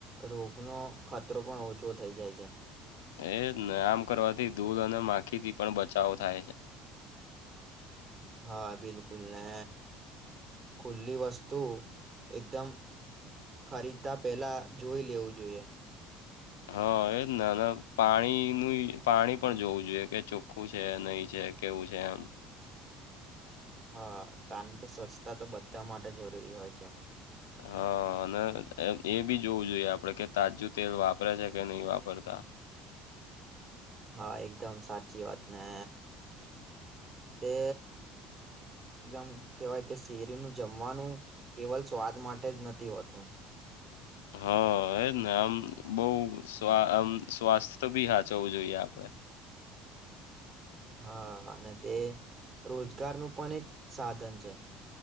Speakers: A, on the right; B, on the left.
A: રોગનો ખતરો પણ ઓછો થઈ જાય છે.
B: એજ ને આમ કરવાથી દૂધ અને માખી થી પણ બચાવો થાય છે.
A: હા બિલકુલ ને ખુલ્લી વસ્તુ એકદમ ખરીદતા પેલા જોઈ લેવું જોઈએ.
B: હા એ ના ના પાણીનુંય પાણી પણ જોવું જોઈએ કે ચોખ્ખું છે, નહી છે, કેવું છે? એમ.
A: હા કારણ કે સ્વચ્છતા તો બધા માટે જરૂરી હોય છે.
B: હા અને એ બી જોવું જોઈએ આપડે કે તાજું તેલ વાપરે છે કે નહીં વાપરતા.
A: હા, એકદમ સાચી વાત ને, તે એકદમ કેહેવાય કે શેરી નું જમવાનું કેવલ સ્વાદ માટે જ નથી હોતું.
B: હા એજ ને આમ બઉ સ્વા આમ સ્વાસ્થ્ય બી હાચવું જોઈએ આપડે.
A: હા અને તે રોજગાર નું પણ એક સાધન છે.